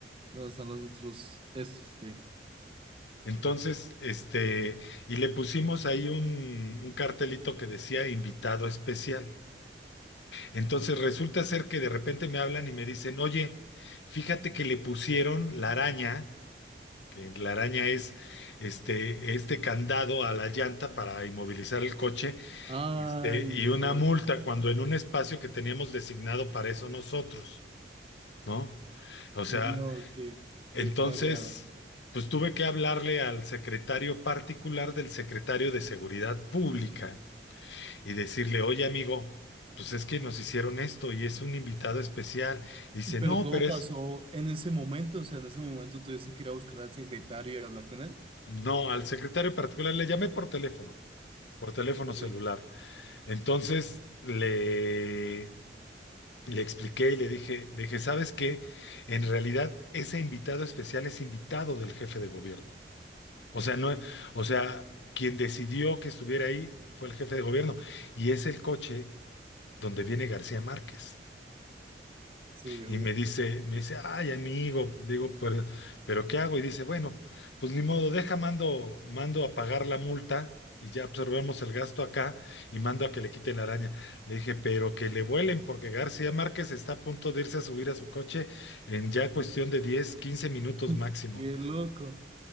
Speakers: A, on the right; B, on the left.
A: ¿Dónde están los otros, estos, sí.
B: Entonces, este, y le pusimos ahí un, un cartelito que decía invitado especial. Entonces resulta ser que de repente me hablan y me dicen, oye, fíjate que le pusieron la araña, que la araña es este, este candado a la llanta para inmovilizar el coche,
A: Ay,
B: este,
A: no,
B: y una multa cuando en un espacio que teníamos designado para eso nosotros, ¿no? O
A: sí,
B: sea,
A: no, qué,
B: Entonces,
A: qué cagada.
B: pues tuve que hablarle al secretario particular del secretario de Seguridad Pública y decirle, oye amigo, pues es que nos hicieron esto y es un invitado especial. Y dice,
A: Pero
B: no,
A: todo
B: pero
A: pasó
B: es,
A: en ese momento, o sea, en ese momento tuviste que ir a buscar al secretario y hablar con él.
B: no, al secretario particular le llamé por teléfono, por teléfono
A: Sí,
B: celular. Entonces le, le expliqué y le dije, le dije, ¿sabes qué? En realidad ese invitado especial es invitado del jefe de gobierno. O sea, no, o sea, quien decidió que estuviera ahí fue el jefe de gobierno. Y es el coche donde viene García Márquez.
A: sí,
B: Y
A: uf,
B: me dice, me dice, ay, amigo, Le digo, pero, pero ¿qué hago? Y dice, bueno, pues ni modo, deja, mando, mando a pagar la multa y ya absorbemos el gasto acá y mando a que le quite la araña. Le dije, pero que le vuelen porque García Márquez está a punto de irse a subir a su coche en ya cuestión de 10 15 minutos
A: uf,
B: máximo.
A: qué loco.